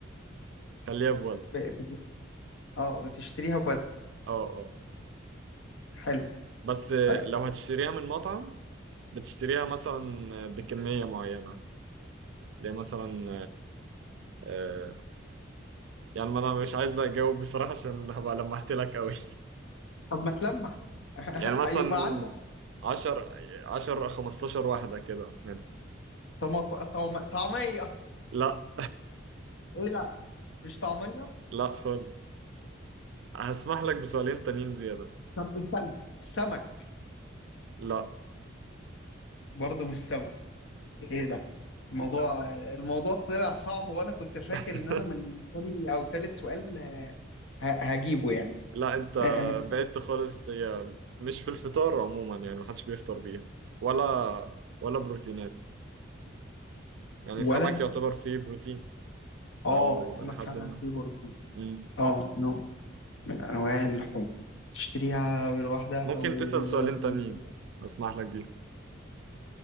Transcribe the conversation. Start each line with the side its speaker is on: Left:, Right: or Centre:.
Right: خليها بوزن
Left: ب- ب- اه بتشتريها بوزن
Right: اه اه
Left: حلو
Right: بس آه،
Left: طيب
Right: لو هتشتريها من مطعم بتشتريها مثلا بكميه معينه اللي هي مثلا آه، يعني ما انا مش عايز اجاوب بصراحة عشان هبقى لمحت لك قوي
Left: طب ما تلمح
Right: <laughs>
Left: <laughs>
Right: يعني مثلا
Left: ايوه بقى عندك
Right: 10 10 15 واحدة كده منها
Left: طم... طم... طعميه
Right: لا
Left: ايه ده مش طعميه
Right: <laughs> لا خالص هسمح لك بسؤالين تانيين زيادة
Left: طب استنى السمك
Right: لا
Left: برضه مش سمك ايه ده الموضوع الموضوع طلع صعب وانا كنت فاكر
Right: <laughs>
Left: ان انا من تاني او تالت سؤال ه... هجيبه يعني
Right: لا انت
Left: آه، م-
Right: بعدت خالص هي مش في الفطار عموما يعني محدش بيفطر بيها ولا ولا بروتينات يعني
Left: ولا
Right: السمك يعتبر فيه بروتين
Left: اه
Right: او
Left: السمك
Right: لحد
Left: فعلا
Right: ما
Left: فيه بروتين
Right: مم.
Left: اه نوع من انواع اللحوم تشتريها بالواحده
Right: ممكن
Left: او
Right: تسأل
Left: بالوجبه
Right: سؤالين تانيين اسمح لك بيهم